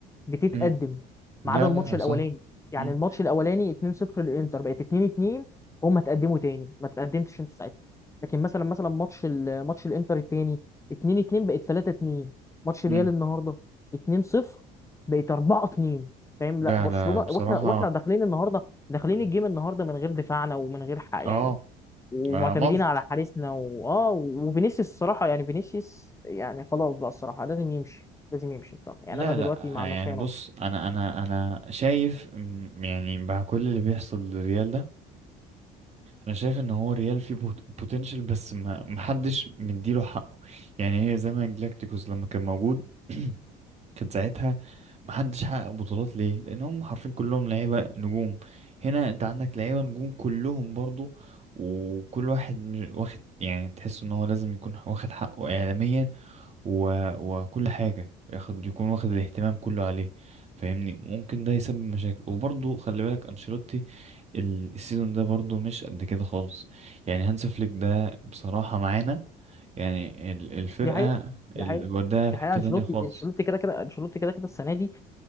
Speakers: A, on the left (about 15°); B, on the right (about 40°).
A: بتتقدم
B: مم. لا
A: ما عدا الماتش
B: لا
A: الاولاني
B: صح
A: يعني
B: امم
A: الماتش الاولاني 2-0 للانتر بقت 2-2 هم اتقدموا تاني ما اتقدمتش انت ساعتها لكن مثلا مثلا ماتش ال... ماتش الانتر التاني 2-2 بقت 3-2 ماتش ريال
B: امم
A: النهارده 2-0 بقت 4-2 فاهم
B: لا
A: لا برشلونه
B: لا بصراحة
A: واحنا واحنا داخلين النهارده داخلين
B: امم
A: الجيم النهارده من غير دفاعنا ومن غير حق
B: اه
A: يعني ومعتمدين
B: ما ملط
A: على حارسنا واه وفينيسيوس الصراحه يعني فينيسيوس يعني خلاص بقى الصراحه لازم يمشي لازم يمشي الصراحه يعني
B: لا
A: انا دلوقتي
B: لا
A: مع
B: آه، يعني
A: مسانو
B: بص انا انا انا شايف م- يعني مع كل اللي بيحصل للريال ده انا شايف ان هو ريال فيه بوتنشال بس ما محدش مديله حقه يعني هي زي ما جلاكتيكوس لما كان موجود <clears throat> كان ساعتها محدش حقق بطولات ليه لان هم حرفيا كلهم لعيبه نجوم هنا انت عندك لعيبه نجوم كلهم برضو وكل واحد مش- واخد يعني تحس ان هو لازم يكون واخد حقه اعلاميا و... وكل حاجه ياخد يكون واخد الاهتمام كله عليه فاهمني ممكن ده يسبب مشاكل وبرضو خلي بالك انشيلوتي ال- السيزون ده برضو مش قد كده خالص يعني هانس فليك ده بصراحه معانا يعني ال- الفرقه
A: دي حقيقه دي
B: ال-
A: حقيقه
B: وداها في
A: دي حقيقه
B: حته
A: انشيلوتي
B: تانية خالص
A: انشيلوتي كده كده انشيلوتي كده كده السنه دي